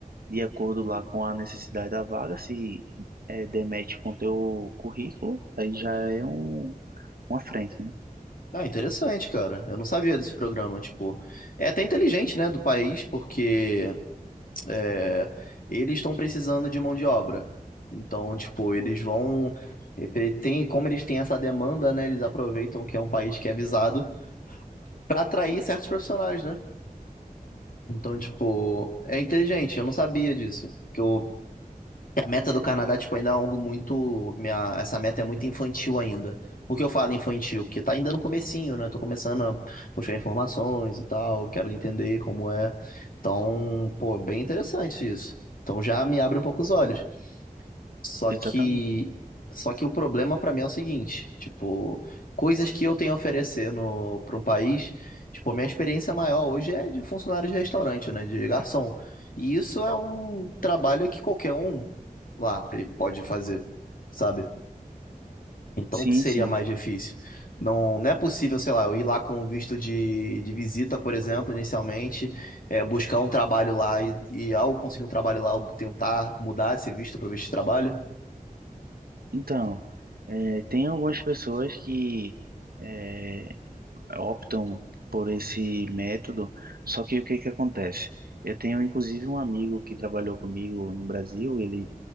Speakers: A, on the right; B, on the left.
A: de acordo lá com a necessidade da vaga, se é, demete com teu currículo, aí já é um, uma frente, né?
B: ah, interessante, cara. Eu não sabia desse programa, tipo, é até inteligente, né, do país, porque É, eles estão precisando de mão de obra. Então, tipo, eles vão. ele Tem, como eles têm essa demanda, né? Eles aproveitam que é um país que é visado para atrair certos profissionais, né? Então, tipo, é inteligente. Eu não sabia disso. Que eu que A meta do Canadá, tipo, ainda é algo muito. Minha, essa meta é muito infantil ainda. Por que eu falo infantil? Porque tá ainda no comecinho, né? Tô começando a buscar informações e tal, quero entender como é. Então, pô, bem interessante isso. Então já me abre um pouco os olhos. Só que,
A: Exatamente.
B: só que o problema pra mim é o seguinte, tipo, coisas que eu tenho a oferecer no para um país, tipo, a minha experiência maior hoje é de funcionário de restaurante, né, de garçom. E isso é um trabalho que qualquer um lá pode fazer, sabe? Então
A: Sim,
B: seria
A: sim.
B: mais difícil. Não, não é possível, sei lá, eu ir lá com o visto de, de visita, por exemplo, inicialmente, é, buscar um trabalho lá e, e ao conseguir um trabalho lá, eu tentar mudar esse visto para visto de trabalho.
A: Então, é, tem algumas pessoas que é, optam por esse método, só que o que que acontece? Eu tenho inclusive um amigo que trabalhou comigo no Brasil, ele